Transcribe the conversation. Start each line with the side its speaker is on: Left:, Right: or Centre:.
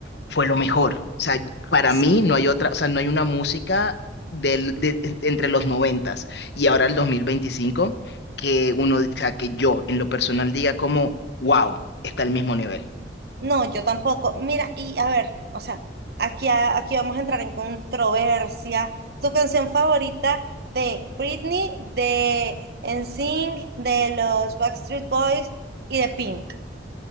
Left: fue lo mejor. O sea, para
Right: Sí.
Left: mí no hay otra, o sea, no hay una música del, de- en- entre los 90 y ahora el 2025 que uno, o sea, que yo en lo personal diga como, wow, está al mismo nivel.
Right: No, yo tampoco. Mira, y a ver, o sea, aquí, a- aquí vamos a entrar en controversia. ¿Tu canción favorita de Britney, de NSYNC, de los Backstreet Boys y de Pink?